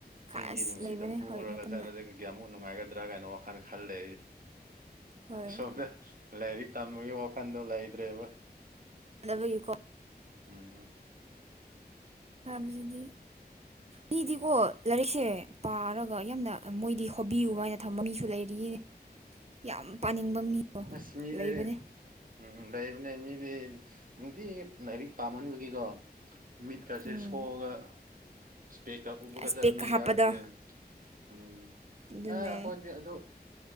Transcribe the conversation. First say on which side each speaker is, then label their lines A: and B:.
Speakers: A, on the right (about 40°); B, on the right (about 55°).
A: ꯈꯥꯁ
B: ꯆꯤꯡꯒꯤ ꯅꯨꯡꯁꯤꯠꯅ
A: ꯂꯩꯕꯅꯦ
B: ꯄꯨꯔꯒ
A: ꯍꯣꯏ ꯃꯇꯝꯗ
B: ꯆꯔꯖꯒꯦ ꯀꯤꯌꯥꯃꯨꯛ ꯅꯨꯡꯉꯥꯏꯒꯗ꯭ꯔꯥ ꯀꯥꯏꯅ ꯋꯥꯈꯜ ꯈꯜꯂꯦ
A: ꯍꯣꯏ
B: ꯁꯣꯝꯗ ꯂꯥꯏꯔꯤꯛ ꯇꯝꯕꯒꯤ ꯋꯥꯈꯟꯗꯣ ꯂꯩꯇ꯭ꯔꯦꯕ
A: ꯕꯀꯣ
B: ꯎꯝ
A: ꯑꯕꯁꯤꯗꯤ ꯃꯤꯗꯤꯀꯣ ꯂꯥꯏꯔꯤꯛꯁꯦ ꯄꯥꯔꯒ ꯌꯥꯝꯅ ꯃꯣꯏꯗꯤ ꯍꯣꯕꯤꯃꯥꯏꯅ
B: ꯎꯝ
A: ꯊꯝꯕ ꯃꯤꯁꯨ ꯂꯩ ꯑꯗꯒꯤ ꯌꯥꯝ ꯄꯥꯅꯤꯡꯕ ꯃꯤꯗꯣ
B: ꯑꯁ ꯃꯤꯗꯤ
A: ꯂꯩꯕꯅꯦ
B: ꯎꯝ ꯂꯩꯕꯅꯦ ꯃꯤꯗꯤ ꯅꯨꯡꯇꯤ ꯂꯥꯏꯔꯤꯛ ꯄꯥꯝꯃꯟꯕꯒꯤꯀꯣ ꯃꯤꯠꯀꯁꯦ
A: ꯎꯝ
B: ꯁꯣꯛꯑꯒ ꯏꯁꯄꯦꯛꯀ ꯎꯕꯒ
A: ꯑꯁ
B: ꯇꯝꯃꯤ
A: ꯄꯦꯛꯀ ꯍꯥꯞꯄꯗꯣ
B: ꯌꯥꯎꯔꯤꯅꯦ ꯎꯝ
A: ꯑꯗꯨꯅꯦ
B: ꯍꯦ ꯑꯩꯈꯣꯏꯗꯤ ꯑꯗꯨ